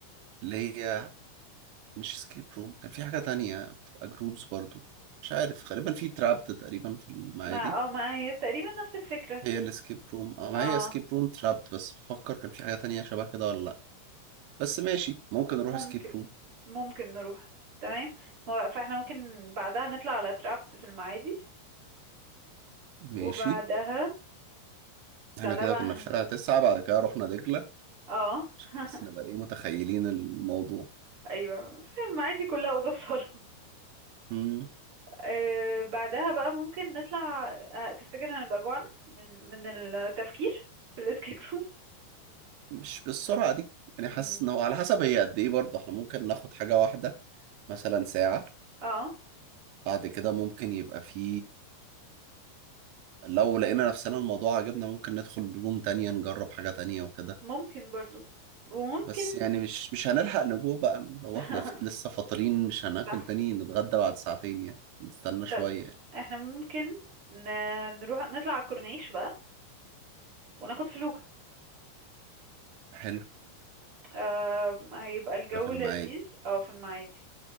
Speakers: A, on the right (about 80°); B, on the right (about 35°).
A: اللي هي مش سكيب روم كان في حاجة تانية بتبقى جروبز برضو مش عارف غالبا في ترابت تقريبا في المعادي
B: ما اه ما هي تقريبا نفس الفكرة
A: هي الاسكيب روم اه
B: اه
A: ما هي اسكيب روم ترابت بس بفكر كان في حاجة تانية شبه كده ولا لأ بس ماشي ممكن
B: ممكن
A: نروح اسكيب روم
B: ممكن نروح تمام هو فاحنا ممكن بعدها نطلع على تراب في المعادي
A: ماشي
B: وبعدها بعدها
A: احنا كده
B: بقى
A: كنا
B: هنبقى
A: في شارع تسعة بعد كده رحنا دجلة
B: اه
A: عشان
B: <laughs>
A: بس نبقى ايه متخيلين الموضوع
B: ايوه في المعادي كلها اوضه وصاله
A: مم.
B: آه بعدها بقى ممكن نطلع آه تفتكر هنبقى جوعنا من من التفكير في الاسكيب روم
A: مش بالسرعة دي يعني
B: مم.
A: حاسس ان هو على حسب هي قد ايه برضه احنا ممكن ناخد حاجة واحدة مثلا ساعة
B: اه
A: بعد كده ممكن يبقى في لو لقينا نفسنا الموضوع عجبنا ممكن ندخل روم تانية نجرب حاجة تانية وكده
B: ممكن برضو وممكن
A: بس يعني مش مش هنلحق نجوع بقى من لو
B: <laughs>
A: احنا فت- لسه فاطرين مش هناكل
B: صح
A: تاني نتغدى بعد ساعتين يعني نستنى شوية
B: طب
A: يعني.
B: احنا ممكن ن- نروح نطلع على الكورنيش بقى وناخد فلوكة
A: حلو
B: آه هيبقى الجو
A: ده في المعادي
B: لذيذ اه في المعادي